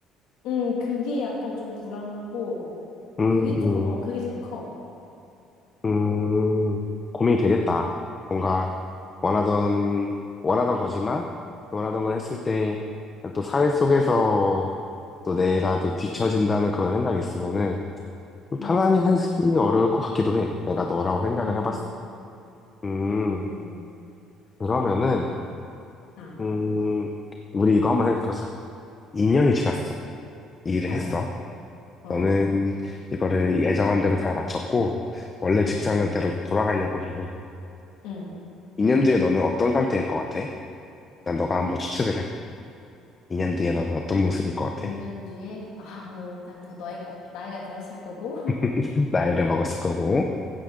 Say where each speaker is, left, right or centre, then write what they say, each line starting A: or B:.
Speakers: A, on the left; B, on the left.
A: 음, 그게 약간 좀 불안하고,
B: 음,
A: 그게 조금, 어,
B: 음.
A: 그게 제일 커.
B: 음, 고민이 되겠다. 뭔가 원하던, 원하던 거지만, 또 원하던 걸 했을 때, 또 사회 속에서 또 내가 또 뒤처진다는 그런 생각이 있으면은, 좀
A: 맞아.
B: 편안히 하기 어려울 것 같기도 해. 내가 너라고 생각을
A: 음,
B: 해봤을 때. 음,
A: 음,
B: 그러면은,
A: 아, 아,
B: 음, 우리 이거 한번 생각해보자. 2년이 지났어. 이 일을
A: 어,
B: 했어.
A: 어,
B: 너는
A: 어,
B: 이거를 예정한 대로 잘 마쳤고, 원래
A: 응,
B: 직장대로 돌아가려고 해.
A: 응.
B: 2년 뒤에 너는 어떤 상태일 것 같아? 일단 너가 한번 추측을 해. 2년 뒤에 너는 어떤 모습일 것 같아?
A: 1년 뒤에, 아, 뭐, 일단 더 나이가, 나이가 들었을 거고.
B: <laughs> 나이를 먹었을 거고.